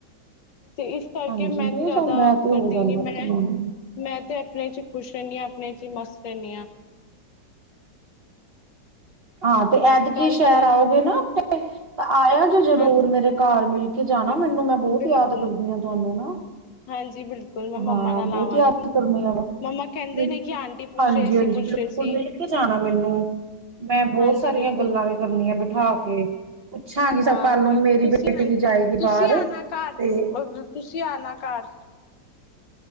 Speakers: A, on the left; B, on the right.
A: ਤੇ ਇਸ ਕਰਕੇ
B: ਹਾਂਜੀ
A: ਮੈਂ
B: ਹੋ
A: ਤੇ ਜ਼ਿਆਦਾ
B: ਜਾਂਦਾ ਹੈ ਤੇ
A: ਕਰਦੀ
B: ਹੋ ਜਾਂਦਾ
A: ਨੀ। ਮੈਂ,
B: ਤੇ ਨਹੀਂ।
A: ਮੈਂ ਤੇ ਆਪਣੇ ਚ ਖੁਸ਼ ਰਹਿਣੀ ਹਾਂ ਆਪਣੇ ਚ ਮਸਤ ਰਹਿਣੀ ਹਾਂ।
B: ਹਾਂ ਤੇ ਐਤਕੀ
A: ਗੱਲ
B: ਸ਼ਹਿਰ
A: ਕਰਨ
B: ਆਓਗੇ
A: ਤੇ
B: ਨਾ ਤਾਂ ਆਇਆ ਜੇ ਜਰੂਰ
A: ਹਾਂਜੀ
B: ਮੇਰੇ ਘਰ ਮਿਲ ਕੇ ਜਾਣਾ
A: ਹਾਂ
B: ਮੈਨੂੰ ਮੈਂ ਬਹੁਤ
A: ਬਿਲਕੁਲ
B: ਯਾਦ ਕਰਦੀ ਹਾਂ ਤੁਹਾਨੂੰ ਨਾ।
A: ਹਾਂਜੀ ਬਿਲਕੁਲ ਮੈਂ ਮੰਮਾ
B: ਹਾਂ
A: ਨਾਲ
B: ਬਹੁਤ
A: ਆਵਾਂਗੀ
B: ਯਾਦ ਕਰਨ ਆ ਵਾ
A: ਮੰਮਾ ਕਹਿੰਦੇ ਨੇ ਕਿ ਆਂਟੀ ਪੁੱਛ
B: ਹਾਂਜੀ
A: ਰਹੇ ਸੀ
B: ਹਾਂਜੀ
A: ਪੁੱਛ
B: ਬਿਲਕੁਲ
A: ਰਹੇ ਸੀ
B: ਮਿਲ ਕੇ ਜਾਣਾ ਮੈਨੂੰ ਮੈਂ ਬਹੁਤ
A: ਹਾਂਜੀ
B: ਸਾਰੀਆਂ
A: ਬਿਲਕੁਲ
B: ਗੱਲਾਂ ਵੀ ਕਰਨੀਆਂ। ਬਿਠਾਂ ਕੇ ਪੁੱਛਾਂਗੀ ਸਭ
A: ਹਾਂ
B: ਕੱਲ
A: ਕੋਈ
B: ਨੂੰ ਮੇਰੀ
A: ਨੀ ਤੁਸੀਂ
B: ਬੇਟੀ
A: ਆ
B: ਵੀ ਜਾਏਗੀ
A: ਤੁਸੀਂ
B: ਬਾਹਰ
A: ਆਣਾ ਘਰ
B: ਤੇ
A: ਤੁਸੀਂ ਆਣਾ ਘਰ